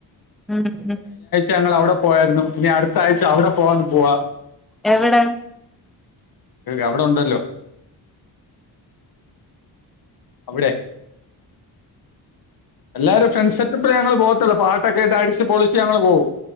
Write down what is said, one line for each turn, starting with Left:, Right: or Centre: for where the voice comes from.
Centre: ഉം ഉം
Left: ഞങ്ങള് അവിടെ പോയായ്രുന്നു. ഇനി അടുത്ത ആഴ്ച അവിടെ പോവാന്ന് പോവാ.
Centre: എവിടെ?
Left: അവിടെ ഉണ്ടല്ലോ. അവിടെ എല്ലാരും ഫ്രണ്ട് സെറ്റപ്പിലേ ഞങ്ങള് പോവത്തുള്ളൂ. പാട്ടൊക്കെട്ട് അടിച്ച് പൊളിച്ച് ഞങ്ങള് പോവും.